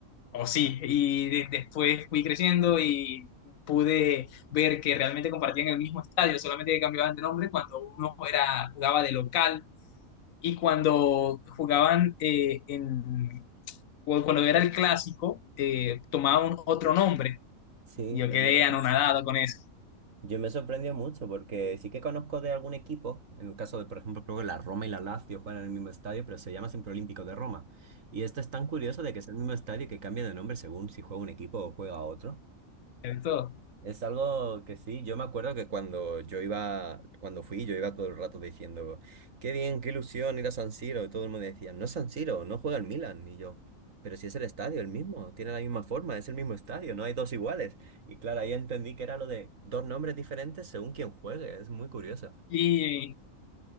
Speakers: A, on the left; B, on the right.
A: O sí, y de- después fui creciendo y pude ver que realmente compartían el mismo estadio, solamente que cambiaban de nombre cuando uno era, jugaba de local y cuando jugaban eh, en, o cuando era el clásico, eh, tomaban otro nombre.
B: Sí,
A: Y yo
B: es
A: quedé
B: verdad.
A: anonadado con eso.
B: Yo me sorprendió mucho porque sí que conozco de algún equipo, en el caso de, por ejemplo, creo que la Roma y la Lazio juegan en el mismo estadio, pero se llama siempre Olímpico de Roma. Y esto es tan curioso de que es el mismo estadio y que cambia de nombre según si juega un equipo o juega otro.
A: de todo.
B: Es algo que sí, yo me acuerdo que cuando yo iba, cuando fui, yo iba todo el rato diciendo, qué bien, qué ilusión ir a San Siro, y todo el mundo decía, no es San Siro, no juega el Milan, y yo, pero si es el estadio, el mismo, tiene la misma forma, es el mismo estadio, no hay dos iguales. Y claro, ahí entendí que era lo de dos nombres diferentes según quien juegue, es muy curioso.
A: Y,